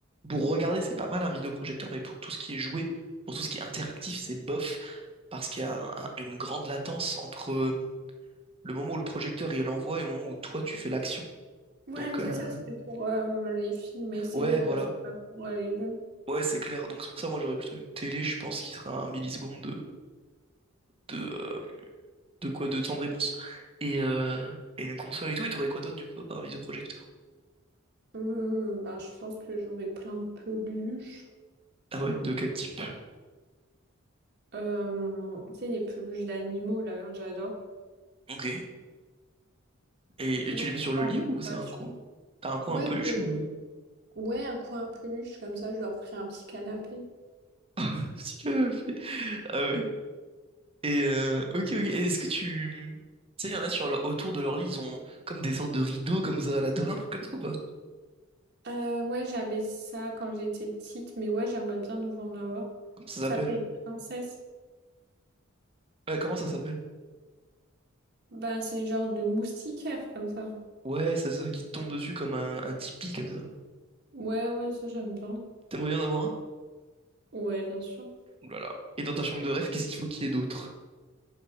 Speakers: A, on the right; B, on the right.
A: pour regarder, c'est pas mal un vidéoprojecteur, mais pour tout ce qui est joué, pour tout ce qui est interactif, c'est bof, parce qu'il y a un- un- une grande latence entre euh, le moment où le projecteur il l'envoie et le moment où toi tu fais l'action.
B: Ouais,
A: Donc
B: mais
A: euh,
B: ça, ça, c'est pour euh, les films et séries,
A: ouais, voilà.
B: quoi. C'est pas pour euh, les jeux.
A: Ouais, c'est clair. Donc c'est pour ça, moi j'aurais plutôt une télé, je pense, qui sera à un milliseconde de, de, euh, de quoi, de temps de réponse. Et, euh, et une console et tout, et t'aurais quoi d'autre du coup, à part un vidéoprojecteur?
B: Hum, bah, je pense que j'aurais plein de peluches.
A: Ah ouais? De quel type?
B: Euh, tu sais, les peluches d'animaux, là, j'adore.
A: Ok. Et,
B: Faut Toujours
A: et tu les
B: mettre
A: mets sur le
B: ça
A: lit
B: en décoration.
A: ou c'est un coin? T'as un coin
B: Ouais,
A: un peluche
B: euh,
A: ou...
B: ouais, un coin peluche, comme ça, je leur ferai un petit canapé.
A: <laughs> Si canapé. Ah ouais. Et euh, ok, ok. Et Est-ce que tu... Tu sais, il y en a sur leur- autour de leur lit, ils ont comme des sortes de rideaux comme ça à la dorée, un truc comme ça ou pas?
B: Euh, ouais, j'avais ça quand j'étais petite, mais ouais, j'aimerais bien nouveau en avoir.
A: Comment ça
B: Ça
A: s'appelle?
B: fait princesse.
A: Ouais, comment ça s'appelle?
B: Bah, c'est le genre de moustiquaire, comme ça.
A: Ouais, c'est ça, qui te tombe dessus comme un, un tipi comme ça.
B: Ouais, ouais, ça, j'aime bien.
A: T'aimerais bien en avoir un?
B: Ouais, bien sûr.
A: Ouh là là. Et dans ta chambre de rêve, qu'est-ce qu'il faut qu'il y ait d'autre?